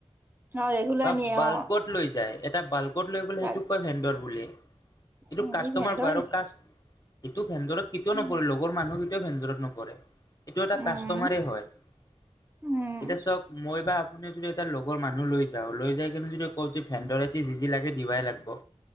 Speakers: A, on the right; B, on the left.
A: অ ৰেগুলাৰ
B: বা
A: নিয়ে
B: বাল্কত
A: অ
B: লৈ যায় এটা বাল্কত লৈ গ'লে
A: তাক
B: সেইটোক কয় ভেন্দৰ বুলি। এইটো
A: উম,
B: কাষ্টমাৰ
A: ই ভেন্দৰ
B: কোৱা আৰু
A: নেকি?
B: কাষ্ট এইটো ভেন্দৰত কেতিয়াও
A: উম,
B: নপৰে লগৰ মানুহ কেতিয়াও ভেন্দৰত নপৰে। এইটো এটা
A: উম,
B: কাষ্টমাৰে হয়।
A: উম,
B: এতিয়া চক মই বা আপুনি যদি এটা লগৰ মানুহ লৈ যাওঁ লৈ যাই কিনে যদি কওঁ যে ভেণ্ডৰ আইছি যি যি লাগে দিবাই লাগব।